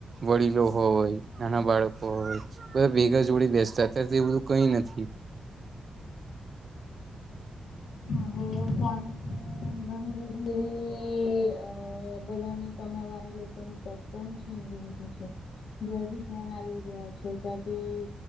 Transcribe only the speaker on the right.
વળીલો હોય. નાના બાળકો હોય બધ ભેગા જોડીે બેસતા અત્યારે તો એ બધું કઈ નથી.